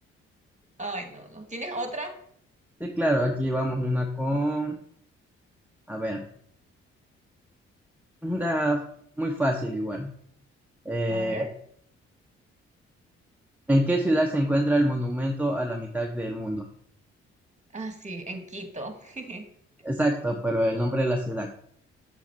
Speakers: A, on the right; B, in the centre.
A: ay, no, no. ¿Tienes otra?
B: Sí, claro, aquí vamos una con, a ver, una muy fácil igual. Eh,
A: A ver.
B: ¿En qué ciudad se encuentra el monumento a la mitad del mundo?
A: Ah, sí, en Quito. <laughs>
B: Exacto, pero el nombre de la ciudad.